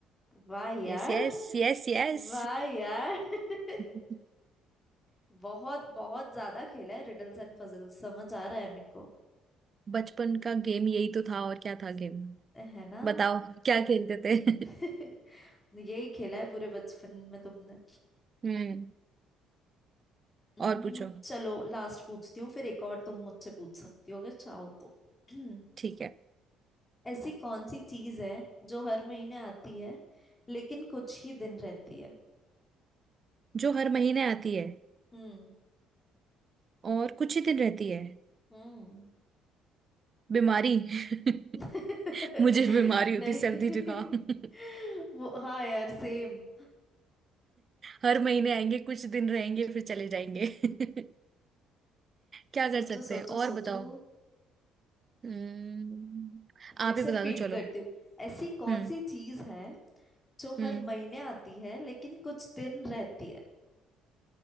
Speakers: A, on the left; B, on the right.
A: वाह यार
B: Yes yes yes yes
A: वाह यार <laughs>
B: <laughs>
A: बहुत बहुत ज्यादा खेला है रिडल्स एंड पजल्स समझ आ रहा है मेरे को
B: बचपन का गेम यही तो था और क्या था गेम
A: है ना
B: बताओ क्या खेलते थे
A: <laughs>
B: <laughs>
A: यही खेला है पूरे बचपन में तुमने
B: हम्म
A: हम्म,
B: और पूछो
A: चलो लास्ट पूछती हूँ फिर एक और तुम मुझसे पूछ सकती हो अगर चाहो तो <clears throat>
B: ठीक है
A: ऐसी कौन सी चीज है जो हर महीने आती है लेकिन कुछ ही दिन रहती है
B: जो हर महीने आती है
A: हम्म
B: और कुछ ही दिन रहती है
A: हम्म
B: बीमारी <laughs>
A: <laughs>
B: मुझे बीमारी
A: नहीं
B: होती सर्दी जुकाम <laughs>
A: <laughs> वो हाँ यार सेम
B: हर महीने आएंगे कुछ दिन रहेंगे फिर चले जाएंगे <laughs> क्या
A: सोचो
B: कर सकते
A: सोचो
B: हैं और
A: सोचो
B: बताओ हम्म
A: फिर
B: आप
A: से
B: ही बता
A: रिपीट
B: दो चलो
A: करती हूँ ऐसी कौन
B: हम्म
A: सी चीज है जो
B: हम्म
A: हर महीने आती है लेकिन कुछ दिन रहती है